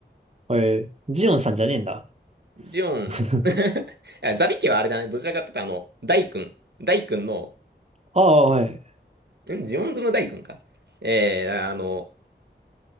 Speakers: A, on the right (about 35°); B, on the right (about 65°).
A: えー、ジオンさんじゃねえんだ。
B: ジオン。
A: <laughs>
B: <laughs> あザビ家はあれだね。どちらかって言ったら、あの、大君。大君の、
A: ああ、はい。
B: んジオンズム大君か。えー、あの、